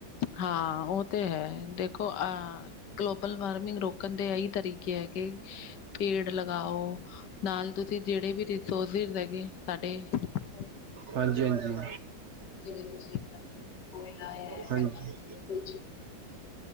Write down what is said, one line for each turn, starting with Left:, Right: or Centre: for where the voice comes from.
Left: ਹਾਂ ਉਹ ਤੇ ਹੈ ਦੇਖੋ ਅਹ ਗਲੋਬਲ ਵਾਰਮਿੰਗ ਰੋਕਣ ਦੇ ਇਹੀ ਤਰੀਕੇ ਹੈ ਕਿ ਪੇੜ ਲਗਾਓ ਨਾਲ ਤੁਸੀਂ ਜਿਹੜੇ ਵੀ ਰਿਸੋਰਸਿਸ ਹੈਗੇ ਸਾਡੇ, ਉਹਨੂੰ ਘੱਟ ਤੋਂ
Right: ਹਾਂਜੀ
Left: ਘੱਟ ਯੂਜ
Right: ਹਾਂਜੀ
Left: ਕਰੋ ਜਿਵੇਂ ਤੁਸੀਂ ਕੋਇਲਾ
Right: ਹਾਂਜੀ
Left: ਹੈਗਾ ਿ ਕੁ